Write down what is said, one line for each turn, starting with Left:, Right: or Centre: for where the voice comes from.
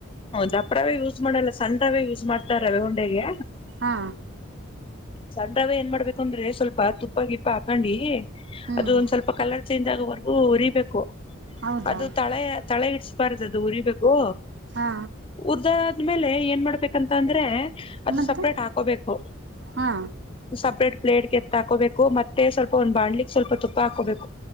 Left: ದ ಪವೇ ಯೂಸ್ ಮಾಡಲ್ಲ ಸಣ್ಣವೇ ಯೂಸ್ ಮಾಡ್ತಾರ ರವೆೇ ಉಂಡೆಗೆ
Right: ಹಾ
Left: ಚಂದ್ರವೇ ಏನ್ ಮಾಡ್ಬೇಕು ಅಂದ್ರೆ ಸ್ವಲ್ಪ ತುಪ್ಪ ಗಿಪ್ಪ ಹಾಕಂಡಿ
Right: ಹ್ಮ್
Left: ಅದು ಒಂದ್ ಸ್ವಲ್ಪ ಕಲರ್ ಚಿಂದಾಗವರೆಗೂ ಉರಿಬೇಕು
Right: ಹೌದಾ
Left: ಅದು ತಳೆ ತಳೆ ಇಡ್ <unintelligible> ಅದು ಉರಿಬೇಕು.
Right: ಹಾ
Left: ಉರ್ದಾದ್ಮೇಲೆ, ಏನ್ ಮಾಡ್ಬೇಕಂತ ಅಂದ್ರೆ, ಅದು
Right: ಮತ್ತೆ
Left: ಸಪ್ರೇಟ್ ಹಾಕೋಬೇಕು
Right: ಹಾ
Left: ಸಪ್ರೇಟ್ ಪ್ಲೇಟ್ಗೆ ಎತ್ತ ಹಾಕೋಬೇಕು, ಮತ್ತೆ ಸ್ವಲ್ಪ ಒಂದು ಬಾಣ್ಲಿಗ್ ಸ್ವಲ್ಪ ತುಪ್ಪ ಹಾಕೋಬೇಕು.